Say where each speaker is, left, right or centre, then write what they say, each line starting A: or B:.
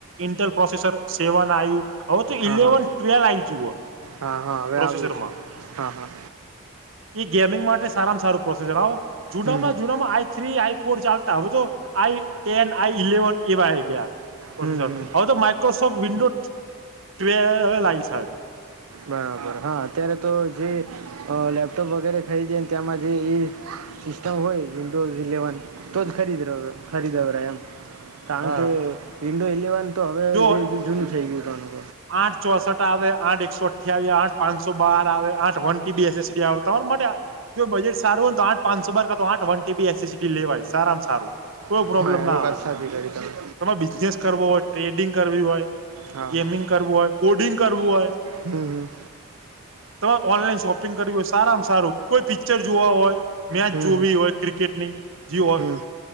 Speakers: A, on the right (about 60°); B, on the right (about 85°).
A: ઇન્ટરલ પ્રોસેસર સેવન આયુ હવે તો
B: હા
A: ઇલેવન
B: હા
A: ટ્વેલ આઈ જ હો
B: હા હા હવે
A: પ્રોસેસરમાં
B: આવ્યું છે હા હા
A: હ એ ગેમિંગ માટે સારામાં સારું પ્રોસેસર આવો જુના
B: હમ
A: માં
B: હમ
A: જુનામાં આઈ થ્રી આઈ ચાલતા હવે તો આઈ ટેન આઈ ઇલેવન એવા ગયા પ્રોસેસર
B: હમ હમ
A: હવે તો માઇક્રોસોફ્ટ વિન્ડો ત લાઈ સાહેબ
B: બરાબર હા અત્યારે તો જે લેપટોપ વગેરે ખરીદીને તે્યામાં જે એ સિસ્ટમ હોય ટુ ઝ લલેવન તો ખરીદ રહ્યો ખરીદો રહ એમ
A: હા
B: <inaudible> ઇડુ એલેવન. તો હવે
A: જો
B: એ <unintelligible> થઈ ગયું <unintelligible>
A: આઠ ચોસઠ આવે આઠ એકસો અઠ્યાવીસ આઠ પાંચસો બાર આવે આઠ વન ટી બીસએસ તમારા માટે જો બજેટ સારું હોયને તો આઠ પાંચસો બાર કરા તો આઠ વન ટીબી એસીટી લેવાય. સારામાં સારું. કોઈ
B: તો
A: પ્રોબ્લેમ
B: હા
A: ના
B: એ
A: આવે
B: વાત સાચી કરી તમે
A: તમારે બિઝનેસ કરવો હોય ટ્રેડિંગ કરવી હોય
B: હા
A: ગેમિંગ.
B: હા
A: હોય કોડિંગ કરવું હોય.
B: હમ હમ
A: તમે ઓનલાઈન શોપિંગ કરવી હોય સારામાં સારું કોઈ પિક્ચર જોવા હોય મેચ
B: હમ
A: જોવી
B: હમ
A: હોય ક્રિકેટની જીઓ હોલ
B: હમ